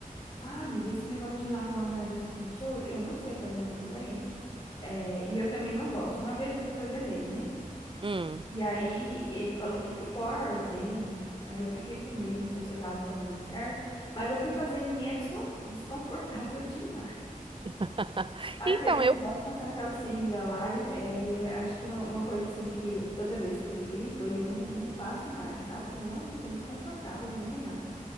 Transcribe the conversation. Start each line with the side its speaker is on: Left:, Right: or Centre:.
Left: ah, amiga, esse negócio de lavar o nariz com soro, eu não sei fazer muito bem. É, e eu também não gosto. Uma vez eu fui fazer nele, né?
Right: Hum.
Left: E aí ele falou que ficou ardendo. Aí eu fiquei com medo, não sei se eu tava fazendo certo, mas eu fui fazendo em mim é descon- desconfortável <laughs> demais.
Right: <laughs>
Left: Aquele
Right: Então,
Left: negócio
Right: eu,
Left: de passar aquela seringa lá, e, é, e é, acho que uma, uma coisa assim que eu- toda vez que ele gripa, e eu não, não faço mais, sabe? Falei, nossa, que tem desconfortável, é ruim demais.